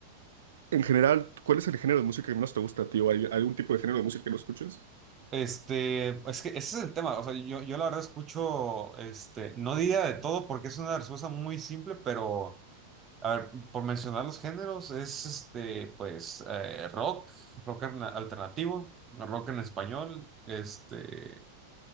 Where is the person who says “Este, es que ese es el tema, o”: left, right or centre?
Right